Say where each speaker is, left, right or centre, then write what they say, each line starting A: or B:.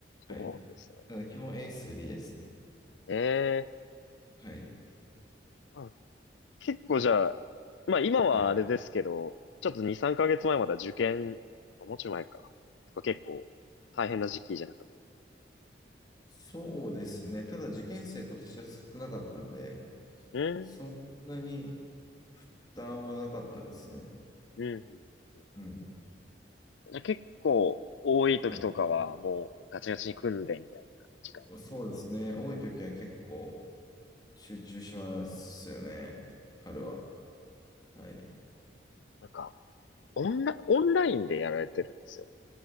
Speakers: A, on the left; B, on the left.
A: はい。
B: うなんですね。
A: ただ基本 A3 ですね。
B: ええ
A: はい。
B: あ、結構じゃあ、まあ今はあれですけど、
A: はい。
B: ちょっと2、3ヶ月前まえまだ受験、あもうちょい前か。とか結構大変な時期じゃなかった。
A: そうですね。ただ受験生今年は少なかったんで、
B: うーん。
A: そんなに負担はなかったですね。
B: うん。うん
A: うん。
B: じゃあ結構多い時とかはもうガチガチに組んでみたいな時間。
A: はい。そうですね。多い時は結構、集中しますよね。春は。
B: うん
A: はい。
B: なんか、オンラ、オンラインでやられてるんですよ